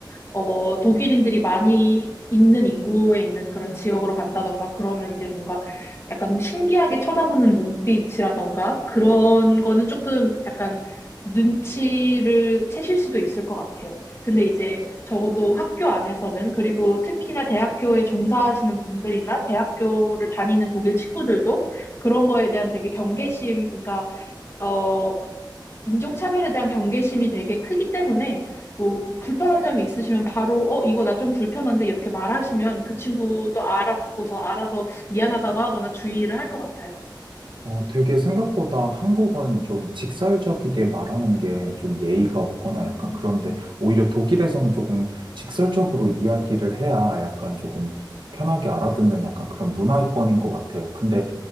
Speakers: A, on the left; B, on the right.
A: 어 독일인들이 많이 있는 인구에 있는 그런 지역으로 간다던가 그러면 이제 뭔가 약간 신기하게 쳐다보는 눈빛이라던가 그런 거는 조금 약간 눈치를 채실 수도 있을 것 같아요. 근데 이제 적어도 학교 안에서는 그리고 특히나 대학교에 종사하시는 분들이나 대학교를 다니는 독일 친구들도 그런 거에 대한 되게 경계심, 그러니까 어 인종차별에 대한 경계심이 되게 크기 때문에 뭐 불편한 점이 있으시면 바로 어 이거 나 좀 불편한데 이렇게 말하시면 그 친구도 알아듣고서 알아서 미안하다고 하거나 주의를 할 것 같아요.
B: 어, 되게 생각보다 한국은 좀 직설적이게 말하는 게 좀 예의가 없거나
A: 음,
B: 약간
A: 음,
B: 그런데
A: 음,
B: 오히려 독일에서는 조금 직설적으로 이야기를 해야 약간 조금 편하게 알아듣는 약간 그런 문화권인 것 같아요. 근데